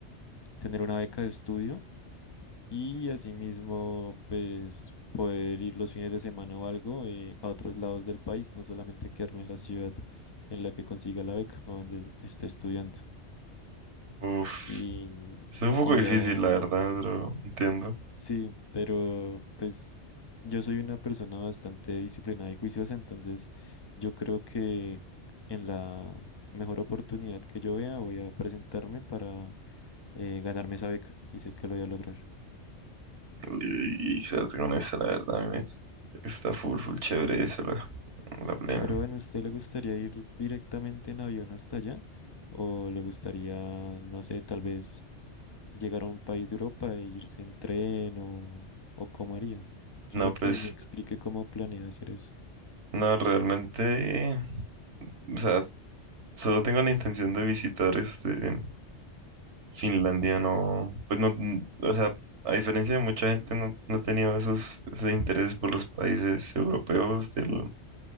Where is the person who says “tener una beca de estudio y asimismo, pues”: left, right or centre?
Left